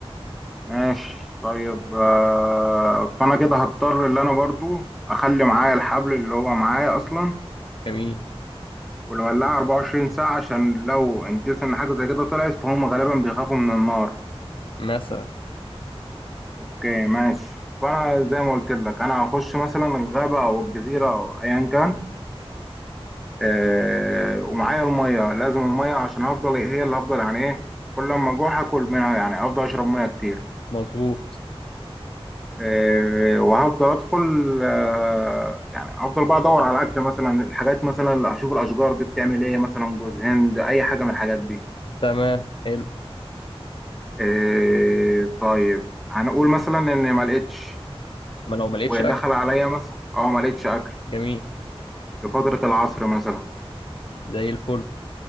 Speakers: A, in the centre; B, on the left.
A: ماشي طيب آه فانا كده هضطر اللي انا برضو اخلي معايا الحبل اللي هو معايا اصلا
B: جميل
A: والولاعه 24 ساعه عشان لو ان كيس ان حاجه زي كده طلعت فهم غالبا بيخافوا من النار
B: مثلا
A: اوكي ماشي فانا زي ما قلت لك انا هخش مثلا الغابه او الجزيره او ايا كان آه، ومعايا الميه لازم الميه عشان افضل هي اللي افضل يعني ايه كل ما اجوع هاكل منها يعني افضل اشرب ميه كتير
B: مظبوط
A: آه، وهفضل ادخل آه، يعني افضل بقى ادور على الاكل مثلا الحاجات مثلا اللي هشوف الاشجار دي بتعمل ايه مثلا جوز هند اي حاجه من الحاجات دي
B: تمام حلو
A: آه، طيب هنقول مثلا ان ما لقيتش
B: ما لو ما لقيتش
A: ودخل
B: اكل
A: عليا مثلا اه ما لقيتش اكل
B: جميل
A: لفتره العصر مثلا
B: زي الفل